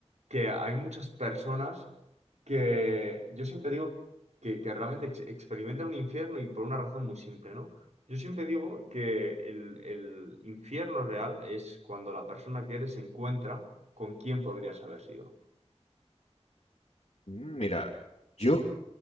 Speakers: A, on the right; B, on the left.
A: que hay muchas personas que yo siempre digo que, que realmente ex- experimentan un infierno y por una razón muy simple, ¿no? Yo siempre digo que el, el infierno real es cuando la persona que eres se encuentra con quién podrías haber sido.
B: Mm, Mira, yo